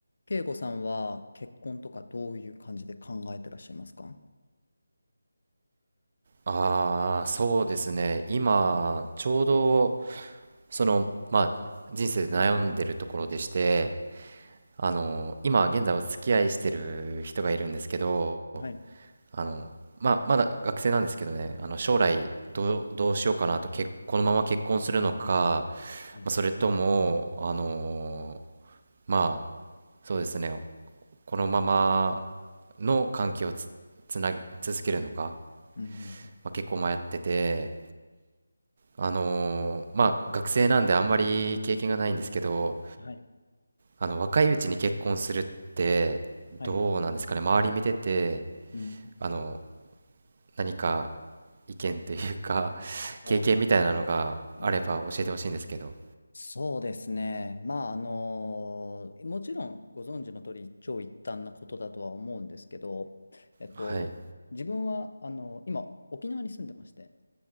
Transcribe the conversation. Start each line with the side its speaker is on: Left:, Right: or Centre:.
Left: 慶吾さんは結婚とかどういう感じで考えてらっしゃいますか
Right: ああ、そうですね。今、ちょうど、その、まあ、人生で悩んでるところでして、あの、今、現在お付き合いしてる人がいるんですけど、
Left: はい、
Right: あの、まあ、まだ学生なんですけどね、あの、将来、どう、どうしようかなと、結、このまま結婚するのか、
Left: はい、
Right: まあ、それとも、あの、まあ、そうですね、このままの関係をつ、つなぎ、続けるのか、
Left: うんうん
Right: まあ、結構迷ってて、あのーまあ学生なんであんまり経験がないんですけど、
Left: うん、はい、
Right: あの若いうちに結婚するってどうなんですかね、
Left: はい、
Right: 周り見てて、
Left: うん、
Right: あの何か意見というか <laughs>
Left: そうです。
Right: 経験みたいなのがあれば教えてほしいんですけど。
Left: うんそうですね。まあ、あのもちろんご存知の通り一長一短なことだとは思うんですけど、えっと、
Right: はい、
Left: 自分は、あの今、沖縄に住んでまして、えっ